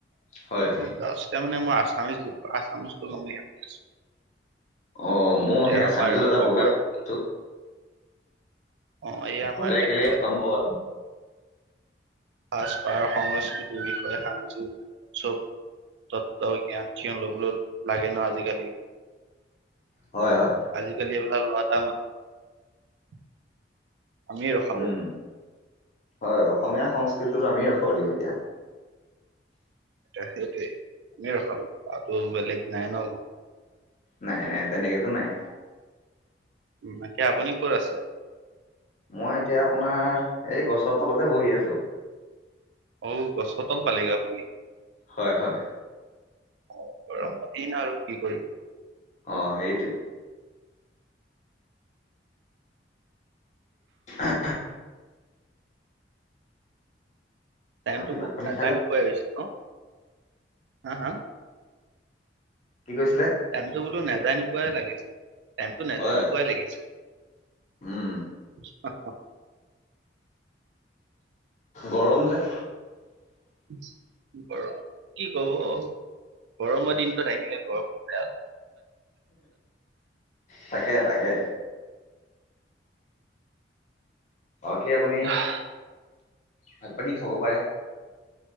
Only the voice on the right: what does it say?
তাৰ মমানে মই আছামিছ দছো আছামিছ গলম বুলি আছো।
এতিয়া
আমাৰ অসমৰ
অ এই আমাৰ
চেক।
সাজপাৰ সংস্কৃতিৰ বিষয়ে সা চব তত্ব জ্ঞান। ন ল'বলৈ লাগে ন আজিকালি
আজিকালি। লতা মানুহ আমি ৰখাব।
এয়া সেইটোৱে আমি ৰখাব লাগিব আৰু টো বেলেগ নাই ন।
উ তাকে আপুনি ক'ত আছে।
ঔ গছৰ তল পালেগে আপুনি।
অ গৰম দিন আৰু কি কৰিব।
টাইমটো
বহুত
নেযায়
নোপুৱাই হৈছে ন? হা হা
টাইমটো বোলো নেযায় নোপাই লাগিছে, টাইমটো নেযায়
নপোৱাই লাগিছে। <unintelligible>
কি গৰম। গৰমৰ দিনটোত আহিলে গৰম উঠে আও।
আহ,